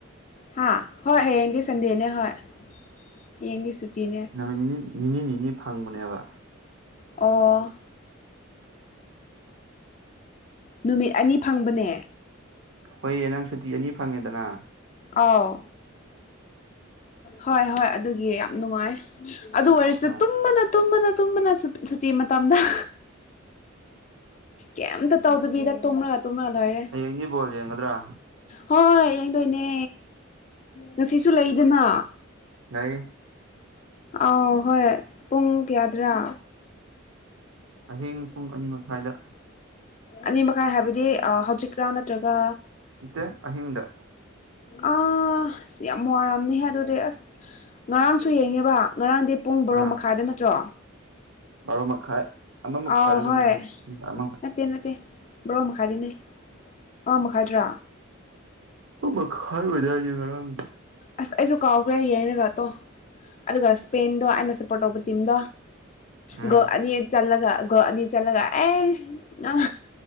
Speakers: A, on the left; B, on the right.
A: ꯍꯥ ꯍꯣꯏ ꯍꯌꯦꯡꯗꯤ ꯁꯟꯗꯦꯅꯦ ꯍꯣꯏ ꯍꯌꯦꯡꯗꯤ ꯁꯨꯇꯤꯅꯦ
B: ꯅꯨꯃꯤꯠ ꯅꯤꯅꯤ ꯅꯤꯅꯤ ꯐꯪꯕꯅꯦꯕ
A: ꯑꯣ ꯅꯨꯃꯤꯠ ꯑꯅꯤ ꯐꯪꯕꯅꯦ
B: ꯍꯣꯏꯌꯦ ꯅꯪ ꯁꯨꯇꯤ ꯑꯅꯤ ꯐꯪꯉꯦꯗꯅ
A: ꯑꯥꯎ ꯍꯣꯏ ꯍꯣꯏ ꯑꯗꯨꯒꯤ ꯌꯥꯝ ꯅꯨꯡꯉꯥꯏ ꯑꯗꯨ ꯑꯣꯏꯔꯁꯨ
B: ꯑꯥ
A: ꯇꯨꯝꯕꯗ ꯇꯨꯝꯕꯅ ꯇꯨꯝꯕꯅꯨ ꯁꯨꯇꯤ ꯃꯇꯝꯗ ꯑ ꯀꯩꯝꯇ ꯇꯧꯗꯕꯤꯗ ꯇꯨꯝꯔꯒ ꯇꯨꯝꯃ ꯂꯩꯔꯦ
B: ꯍꯌꯦꯡꯗꯤ ꯕꯣꯜ ꯌꯦꯡꯒꯗ꯭ꯔꯥ
A: ꯍꯣꯏ ꯌꯦꯡꯗꯣꯏꯅꯦ ꯉꯁꯤꯁꯨ ꯂꯩꯗꯅ
B: ꯂꯩ
A: ꯑꯥꯎ ꯍꯣꯏ ꯄꯨꯡ ꯀꯌꯥꯗ꯭ꯔꯥ
B: ꯑꯍꯤꯡ ꯄꯨꯡ ꯑꯅꯤ ꯃꯈꯥꯏꯗ
A: ꯑꯅꯤ ꯃꯈꯥꯏ ꯍꯥꯏꯕꯗꯤ ꯍꯧꯖꯤꯛꯔꯥ ꯅꯠꯇ꯭ꯔꯒ
B: ꯅꯠꯇꯦ ꯑꯍꯤꯡꯗ
A: ꯑꯥꯁ ꯌꯥꯝ ꯋꯥꯔꯝꯅꯤꯍꯦ ꯑꯗꯨꯗꯤ ꯑꯁ ꯉꯔꯥꯡꯁꯨ ꯌꯦꯡꯉꯦꯕ ꯉꯔꯥꯡꯗꯤ ꯄꯨꯡ ꯕꯥꯔꯣ
B: ꯑꯥ
A: ꯃꯈꯥꯏꯗ ꯅꯠꯇ꯭ꯔꯣ
B: ꯕꯥꯔꯣ ꯃꯈꯥꯏ ꯑꯃ ꯃꯈꯥꯏꯔ
A: ꯑꯥꯎ ꯍꯣꯏ
B: ꯀꯩꯅꯣꯝꯅꯤ ꯑꯃ ꯃꯈꯥꯏ
A: ꯅꯠꯇꯦ ꯅꯠꯇꯦ ꯕꯥꯔꯣ ꯃꯈꯥꯏꯗꯥꯅꯦ ꯑꯃ ꯃꯈꯥꯏꯗ꯭ꯔꯥ
B: ꯃꯈꯥꯏ ꯑꯣꯏꯗꯥꯏꯅꯦ ꯉꯔꯥꯡ
A: ꯑꯁ ꯑꯩꯁꯨ ꯀꯥꯎꯈ꯭ꯔꯦ ꯌꯦꯡꯉꯒꯇꯣ ꯑꯗꯨꯒ ꯁ꯭ꯄꯦꯟꯗꯣ ꯑꯩꯅ ꯁꯞꯄꯣꯔꯠ ꯇꯧꯕ ꯇꯤꯝꯗꯣ
B: ꯎꯝ
A: ꯒꯣꯜ ꯑꯅꯤ ꯆꯜꯂꯒ ꯒꯣꯜ ꯑꯅꯤ ꯆꯜꯂꯒ ꯑꯦ ꯅꯪ